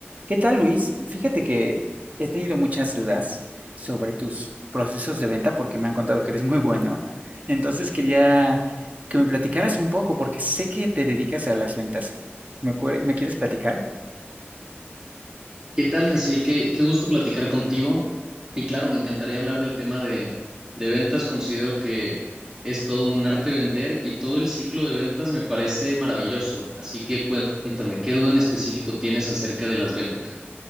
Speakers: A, on the right; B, on the right.
A: ¿Qué tal, Luis? Fíjate que he tenido muchas dudas sobre tus procesos de venta porque me han contado que eres muy bueno. Entonces quería que me platicaras un poco porque sé que te dedicas a las ventas. ¿Me, cue- me quieres platicar?
B: ¿Qué tal, Jaciel? Qué, qué gusto platicar contigo. Y claro, me encantaría hablar del tema de, de ventas. Considero que es todo un arte vender y todo el ciclo de ventas me parece maravilloso. Así que cuéntame, ¿qué duda en específico tienes acerca de las ventas?